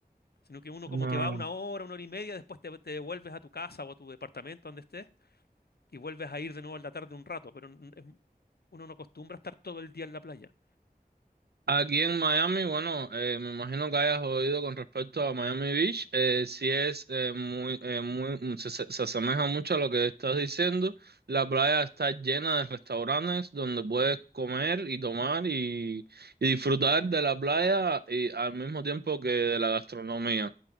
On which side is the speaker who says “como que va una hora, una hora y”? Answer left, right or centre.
Left